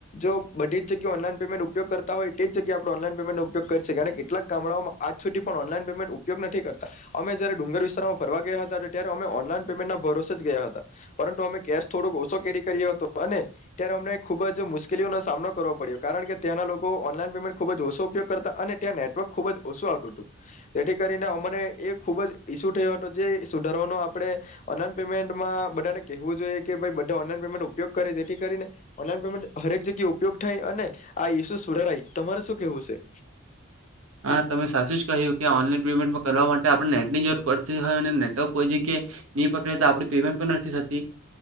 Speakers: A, on the left; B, on the right.
A: જો બધી જગ્યા ઓનલાઈન પેમેન્ટ ઉપયોગ કરતા હોય તે જગ્યા આપણે ઓનલાઈન પેમેન્ટનો ઉપયોગ કરી શકીએ અને કેટલાક ગામડાઓમાં આજ સુધી પણ ઓનલાઈન પેમેન્ટ ઉપયોગ નથી કરતા. અમે જ્યારે ડુંગર વિસ્તારમાં ફરવા ગયા હતા ત્યારે અમે ઓનલાઈન પેમેન્ટના ભરોસે જ ગયા હતા પરંતુ અમે કેશ થોડોક ઓછો કેરી કર્યો હતો અને ત્યારે અમને ખૂબ જ મુશ્કેલીઓનો સામનો કરવો પડ્યો કારણ કે ત્યાંના લોકો ઓનલાઈન પેમેન્ટ ખૂબ જ ઓછો ઉપયોગ કરતા અને ત્યાં નેટવર્ક ખૂબ જ ઓછું આવટું હતું તેથી કરીને અમને એ ખૂબ જ ઈસ્યુ થયો હતો જે સુધારવાનો આપણે ઓનલાઈન પેમેન્ટમાં બધાને કેવું જોઈએ કે બધા ઓનલાઈન પેમેન્ટ ઉપયોગ કરે જેથી કરીને ઓનલાઈન પેમેન્ટ હરેક જગ્યા ઉપયોગ થાય અને આ ઇસુ સુધારાય તમારે શું કેવું છે?
B: હા તમે સાચું જ કહ્યું ઓનલાઈન પેમેન્ટ કરવા માટે આપણે નેટની જરૂર પડતી હોય અને નેટવર્ક કોઈ જગ્યાએ નહી પકડે તો આપ પેમેન્ટ પણ નથી થતી